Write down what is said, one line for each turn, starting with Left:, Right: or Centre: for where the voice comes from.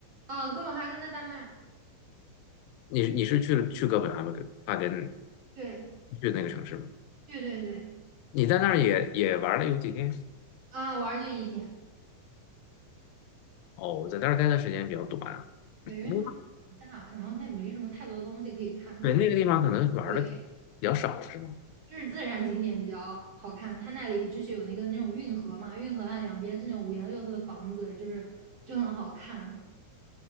Right: 啊，哥本哈根在丹麦，
Left: 你你是去了去哥本哈根哈根
Right: 对，
Left: 去那个城市吗？
Right: 对对对，
Left: 你在那儿也也玩了有几天？
Right: 啊，玩儿就一天，
Left: 哦，我在那儿待的时间比较短啊。
Right: 对，因为它很大，
Left: 不
Right: 然后它也没什么太多的东西可以看，
Left: 对，
Right: 那比如，
Left: 那个地方可能玩的
Right: 对。
Left: 比较少，是吧？
Right: 就是自然景点比较好看，它那里就是有那个那种运河嘛，运河岸两边是那种五颜六色的房子，就是就很好看。